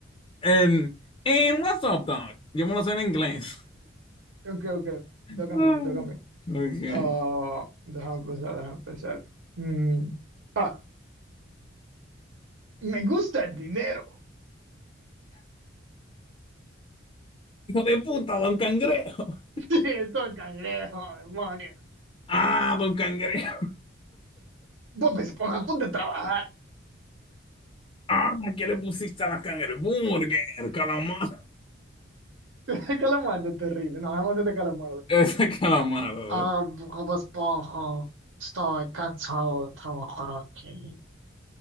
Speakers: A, on the left; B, on the right.
A: En, en WhatsApp, dog. Yo me lo sé en inglés. <laughs>
B: ok, ok, me
A: Mm.
B: toca a mí, me toca a mí.
A: Okay.
B: Ah, déjame pensar, déjame pensar. Mm, ah, me gusta el dinero. <laughs>
A: Hijo de puta, don Cangrejo.
B: Sí, Esto cangrejo, demonio.
A: Ah, don Cangrejo.
B: Bob Esponja, ponte a trabajar.
A: Ah, ¿qué le pusiste a la cangreburger? Calamar.
B: <laughs> Calamardo, terrible. No, vamos a hacer calamardo.
A: <laughs> Ese calamar. ¿verdad?
B: Ah, Bob Esponja, estoy cansado de trabajar aquí.